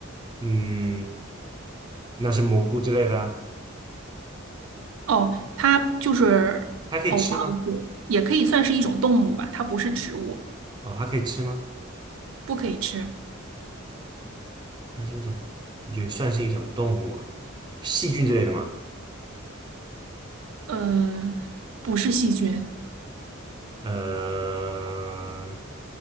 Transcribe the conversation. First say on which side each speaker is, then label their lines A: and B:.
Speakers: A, on the right; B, on the right.
A: 嗯，那是蘑菇之类的啊
B: 哦，它就是哦，
A: 它可以吃吗？
B: 不好意思，也可以算是一种动物吧，它不是植物，
A: 哦，它可以吃吗？
B: 不可以吃。
A: 它是一种，也算是一种动物啊，细菌之类的吗？
B: 呃，不是细菌。
A: 呃，